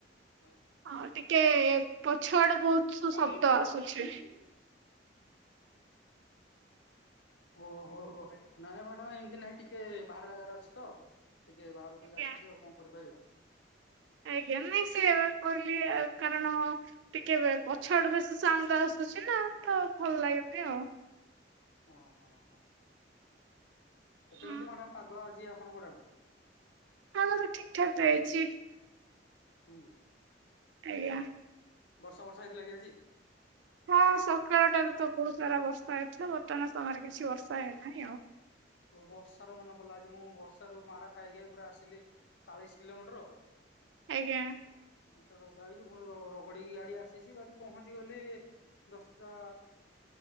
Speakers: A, on the left; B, on the right.
A: କଁ
B: ହଁ ଟିକେ ପଛ ଆଡେ ବହୁତ
A: କହିଲେ
B: ଶବ୍ଦ ଆସୁଛି।
A: ଓ ହୋ ହୋ ନାଇ ମ୍ୟାଡ଼ାମ ଏମିତି ନାଇଁ ଟିକେ ବାହାର ଜାଗାରେ ଅଛି ତ। ଟିକେ ବାହାରୁ
B: ଆଜ୍ଞା
A: ଟିକେ ଆସୁଛି ଆଉ କଣ କରିପାରିବା।
B: ଆଜ୍ଞା ନାଇ ସେ କହିଲି କାରଣ ଟିକେ ପଛଆଡୁ ବେଶୀ ସାଉଣ୍ଡୁ ଆସୁଛି ନା ତ ଭଲ ଲାଗୁନି ଆଉ।
A: ଓହୋ ହୋ
B: ହଁ
A: କେମିତି ମ୍ୟାଡ଼ାମ ପାଗ ଆଜି ଆପଣଙ୍କ ଆଡେ?
B: ପାଗ ତ ଠିକ୍ ଠାକ୍ ଦେଇଛି।
A: ହୁଁ।
B: ଆଜ୍ଞା।
A: ବର୍ଷା ବର୍ଷା ହେଇଥିଲା କି ଆଜି?
B: ହଁ ସକାଳଟାରୁ ତ ବହୁତ ସାରା ବର୍ଷା ହେଇଥିଲା। ବର୍ତ୍ତମାନ ସମୟରେ କିଛି ବର୍ଷା ହେଇନାହିଁ ଆଉ।
A: ଓ ବର୍ଷାରୁ ମନେ ପଡିଲା ଆଜି ମୁଁ ବର୍ଷାର ମାଡ ଖାଇ ଖାଇ ପୁରା ଆସିଲି ଚାଳିଶ କିଲୋମିଟର
B: ଆଜ୍ଞା।
A: ପେଣ୍ଟ ସାର୍ଟ ଓଦା ହେଇଛି ପୁଣି ର ରଗଡିକି ଗାଡି ଆସିଛି ବାକି ପହଞ୍ଚି ଗଲି ଦଶଟା